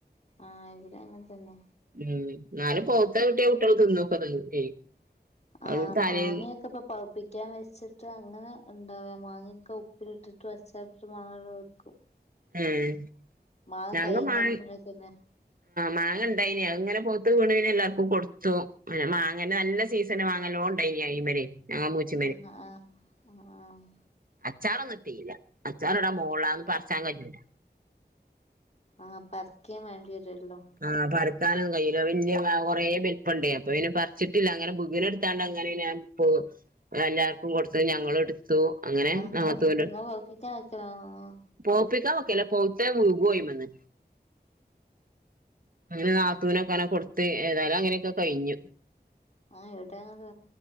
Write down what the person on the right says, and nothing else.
ഉം ഇന്നാലും പൗത്തഹ് കിട്ടിയ കുട്ട്യോൾ തിന്നൊക്കെ തീരും ചെയ്യും.
അത് തലേ
ഏഹ്
ഞങ്ങള്
മാങ്ങ.
മാങ്ങണ്ടായിനി അത്ങ്ങനെ പൗത്ത് വീണ് പിന്നെ എല്ലാർക്കും കൊട്ത്തു പിന്നെ മാങ്ങെന്റെ നല്ല സീസ ത്ത്ണ മാങ്ങ നല്ലോണ്ടേനി ഐമല്. ഞങ്ങളെ മൂച്ച്
അച്ചാറൊന്നിട്ടില്ല അച്ചാറ്ടാ മോളാ അതൊന്നും പർച്ചാൻ കയ്യൂല.
ആഹ് പറിക്കാനൊന്നും കയ്യൂല വല്യ മാവ് കൊറേ വല്പണ്ട് അപ്പൊ പിന്നെ പർച്ചിട്ടില്ല അങ്ങനെ ബുക്ണട്ത്താണ്ട് അങ്ങനെ പിന്നെ ഞാ. ത്തു എല്ലാർക്കും കൊടുത്തു ഞങ്ങളുട്ത്തു അങ്ങനെ
നാത്തു.
പോപ്പിക്കാൻ വെക്കലാ പഴുത്തത് വികും അയ്മന്ന്. അങ്ങനെ നാത്തൂനൊക്കെ അങ്ങനെ കൊടുത്ത് ഏതായാലും അങ്ങനെയൊക്കെ കഴിഞ്ഞു.